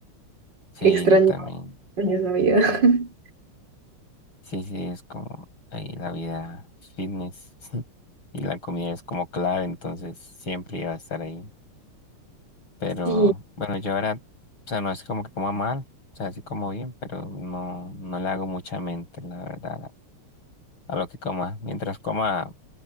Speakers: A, on the left; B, on the right.
A: sí,
B: Extraño,
A: yo también.
B: extraño esa vida. <laughs>
A: Sí, sí, es como ahí la vida fitness <laughs> y la comida es como clave, entonces siempre iba a estar ahí. Pero
B: Sí,
A: bueno, yo ahora, o sea, no es como que coma mal, o sea, sí como bien, pero no, no le hago mucha mente, la verdad, a a lo que coma. Mientras coma